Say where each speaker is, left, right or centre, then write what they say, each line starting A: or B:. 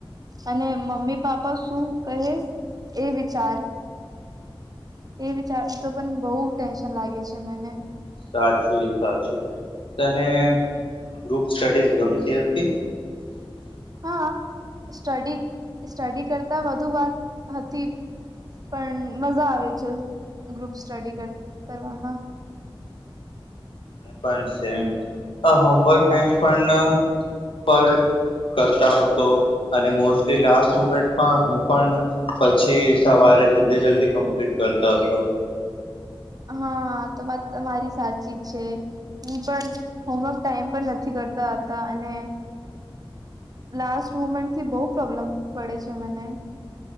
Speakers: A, on the right; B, on the left.
A: અને મમ્મી પાપા શું કહે એ વિચાર એ વિચાર તો પણ બોઉ ટેન્શન લાગે છે મને.
B: સાચું. સાચું. તને ગ્રુપ સ્ટડીઝ ગમતી હતી?
A: હા, સ્ટડી સ્ટડી કરતા વધુ વાત હતી. પણ મજા આવે છે ગ્રુપ સ્ટડી કર-કરવાના.
B: પન સે એમ. પ હોમવર્ક ટાઈમ પણ પર કરતા હતો અને મોસ્ટલી લાસ્ટ મુમેન્ટમાં હું પણ પછી સવારે જલ્દી જલ્દી કમ્પ્લીટ કરતા હતો.
A: <inaudible> હા તો વાત તમારી સાચી છે હું પણ હોમવર્ક ટાઈમ પણ નથી કર કરતા હતા અને લાસ્ટ મુમેન્ટથી બહુ પ્રોબ્લેમ પડે છે મને.